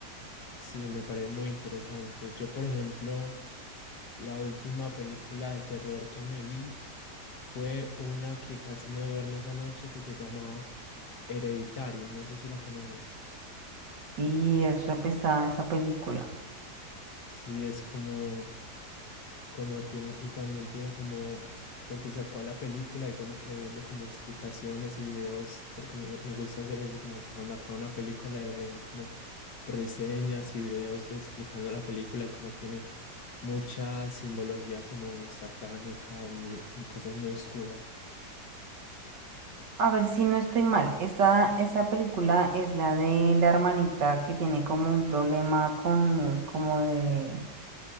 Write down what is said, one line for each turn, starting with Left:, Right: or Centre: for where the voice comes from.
Left: Sí, me parece muy interesante. Yo, por ejemplo, La última película de terror que me vi fue una que casi no duermo esa noche que se llamaba Hereditary, no sé si la conoces.
Right: Y es re pesada esa película.
Left: Sí, es como, como tiene, y también tiene como, porque se acabó la película y yo me quedé viendo como explicaciones y videos, porque me, me gusta hacer eso, como cuando acaba una película, de leer como reseñas y videos de explicando la película y como tiene mucha simbología como satánica o muy- cosas muy oscuras.
Right: A ver si no estoy mal, esa, esa película es la de la hermanita que tiene como un problema con, como de,